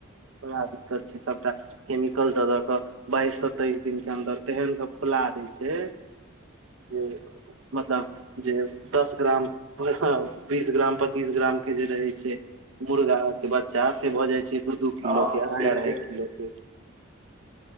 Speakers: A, on the right; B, on the right.
A: बड़ा दिक्कत छै सबटा केमिकल दऽ दऽ क बाइस से तैस दिन के अन्दर तेहेन के फुला दै छै जे मतलब जे दस ग्राम, बीस ग्राम, पच्चीस ग्राम के जे रहय छै मुर्गा के बच्चा से भऽ जाए छै दू-दू किलो
B: हँ
A: के अढ़ाय-अढ़ाय
B: से छै
A: किलो के